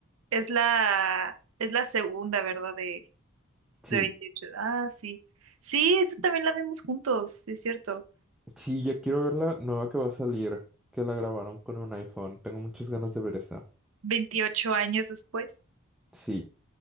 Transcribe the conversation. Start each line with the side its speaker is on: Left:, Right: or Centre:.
Right: es la, es la segunda, ¿verdad? De,
Centre: Sí,
Right: de veintiocho. Ah, sí. Sí, esta también la vimos juntos, sí, es cierto.
Centre: sí, yo quiero ver la nueva que va a salir, que la grabaron con un iPhone. Tengo muchas ganas de ver esa.
Right: Veintiocho años después.
Centre: Sí,